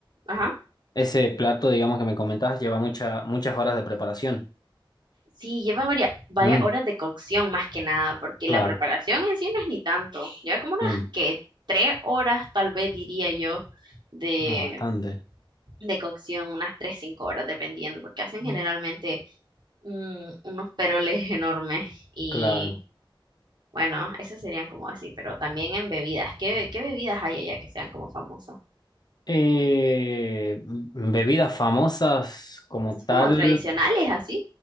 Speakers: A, on the right; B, on the left.
A: ajá.
B: Ese plato, digamos, que me comentabas, lleva mucha- muchas horas de preparación.
A: Sí, lleva varias, varias
B: Mm,
A: horas de cocción más que nada, porque
B: claro.
A: la preparación en sí no es ni tanto. Lleva como unas
B: Mm,
A: que tres horas, tal vez diría yo, de,
B: no, bastante.
A: de cocción, unas tres, cinco horas, dependiendo, porque hacen generalmente
B: Mm.
A: mm, unos peroles <laughs> enormes. Y
B: Claro.
A: bueno, esas serían como así, pero también en bebidas. ¿Qué, qué bebidas hay allá que sean como famosas?
B: Eh, m- bebidas famosas como
A: Así
B: tal,
A: como tradicionales, así.